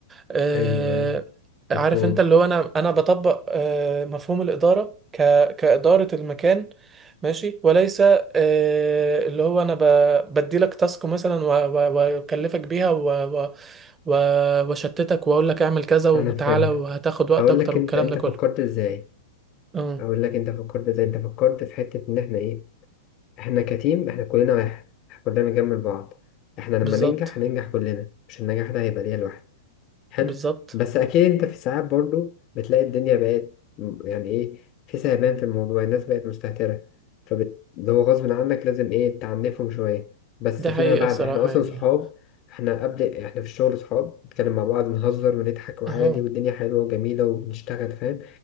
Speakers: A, on the right; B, on the left.
A: آه،
B: أيوه
A: عارف
B: مفهوم
A: انت اللي هو انا انا بطبق آه، مفهوم الاداره ك كاداره المكان ماشي وليس آه، اللي هو انا ب- بديلك تاسك مثلا و- و- واكلفك بيها و- و- و- واشتتك واقول لك اعمل كذا وتعالى
B: أنا فهمتك
A: وهتاخد وقت
B: هقول
A: اكتر
B: لك
A: والكلام
B: أنت أنت
A: ده كله
B: فكرت إزاي؟
A: امم
B: اقول لك انت فكرت ازاي انت فكرت في حتة ان احنا ايه احنا كتيم احنا كلنا واحد احنا كلنا بنكمل بعض احنا لما
A: بالظبط
B: ننجح هننجح كلنا مش النجاح ده هيبقى ليا لوحدي حلو
A: بالظبط
B: بس اكيد انت في ساعات برضو بتلاقي الدنيا بقت م- يعني ايه في سهبان في الموضوع الناس بقت مستهترة فبت... اللي هو غصب عنك لازم ايه تعنفهم شوية بس
A: دي حقيقه
B: فيما بعد
A: الصراحه
B: احنا اصلا
A: يعني
B: صحاب احنا قبل احنا في الشغل صحاب بنتكلم مع بعض نهزر ونضحك وعادي
A: اهو
B: والدنيا حلوة وجميلة وبنشتغل فاهم